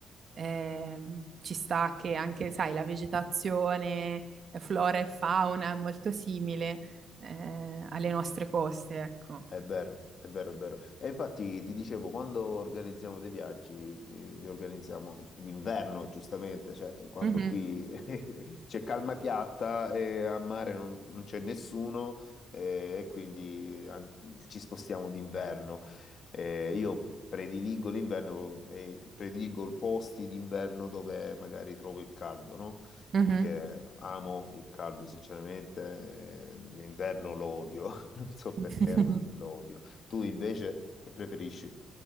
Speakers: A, on the right; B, on the left.
A: ehm, ci sta che anche, sai, la vegetazione, eh, flora e fauna è molto simile eh, alle nostre coste, ecco.
B: È vero, è vero, è vero. E infatti ti dicevo, quando organizziamo dei viaggi, eh, li organizziamo l'inverno, giustamente, cioè quando
A: Mhm,
B: qui <laughs> c'è calma piatta e a mare non, non c'è nessuno eh, e quindi eh, ci spostiamo d'inverno. Eh, io prediligo l'inverno e prediligo posti d'inverno dove magari trovo il caldo, no?
A: mhm.
B: Perché amo il caldo, sinceramente, eh, l'inverno lo odio. Non so
A: <laughs>
B: perché, ma lo odio. Tu invece che preferisci?